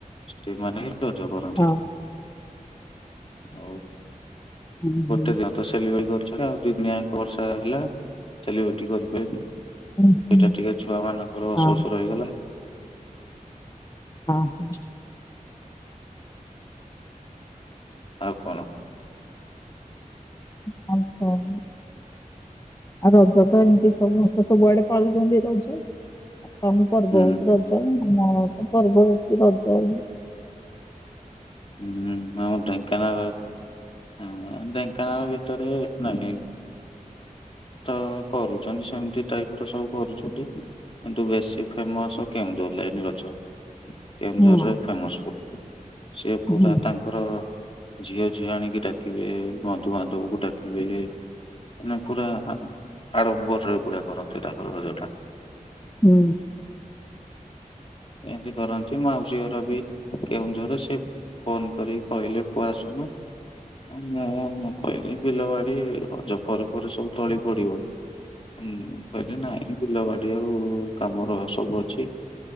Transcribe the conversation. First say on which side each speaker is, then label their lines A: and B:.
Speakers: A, on the left; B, on the left.
A: ସେମାନେ ହିଁ ରଜ କରନ୍ତି।
B: ହଁ
A: ଆଉ
B: ହୁଁ
A: ଗୋଟେ
B: ହୁଁ
A: ଦିନ ତ ସେଲିବ୍ରେ କରିଛନ୍ତି ଆଉ ଦି ଦିଆଙ୍କ ବର୍ଷା ହେଲା ସେଲିବ୍ରେଟି କରିପାଲେନି।
B: ହୁଁ
A: ସେଟା
B: ହୁଁ
A: ଟିକେ ଛୁଆ ମାନଙ୍କର
B: ହଁ
A: ଅସୋସ୍ ରହିଗଲା।
B: ହଁ ହଁ।
A: ଆଉ କଣ?
B: <unintelligible> ଆଉ ରଜ ତ ଏମିତି ସମସ୍ତେ ସବୁଆଡେ ପାଳୁଛନ୍ତି ରଜ। ତମ ପର୍ବ
A: ହୁଁ
B: ହଉଚି ରଜ ଆମ ତ ପର୍ବ ହଉଚି ରଜ ଏ
A: ହୁଁ ହୁଁ ଆଉ ଢେଙ୍କାନାଳ ହୁଁ ଢେଙ୍କାନାଳ ଭିତରେ ନାଇ ନାଇଁ ତ କରୁଛନ୍ତି ସେମିତି ଟାଇପ୍ ର ସବୁ କରୁଛନ୍ତି। କିନ୍ତୁ ବେଶୀ ଫେମସ କେଉଁଝର ଲାଇନ୍ ଗଛ। କେଉଁଝରରେ
B: ହଁ
A: ଫେମସ ସେ ପୁରା
B: ହୁଁ
A: ତାଙ୍କର ଝିଅ ଝିଅ ଆଣିକି ଡାକିବେ ବନ୍ଧୁବାନ୍ଧବକୁ ଡାକିବେ ମାନେ ପୁରା ହାଁ ଆଡ଼ମ୍ବରରେ ପୁରା କରନ୍ତି ତାଙ୍କର ରଜଟା।
B: ହୁଁ।
A: ଏମିତି କରନ୍ତି ମାଉସୀ ଘର ବି କେଉଁଝର ସେ ଫୋନ୍ କରିକି କହିଲେ ପୁଅ ଆସୁନୁ। ମୁଁ ମୁଁ କହିଲି ବିଲବାଡି ରଜ ପରେ ପରେ ସବୁ ତଳି ପଡ଼ିବ। ହୁଁ କହିଲି ନାଇଁ ବିଲ ବାଡ଼ି ଆଉ କାମର ସବୁ ଅଛି।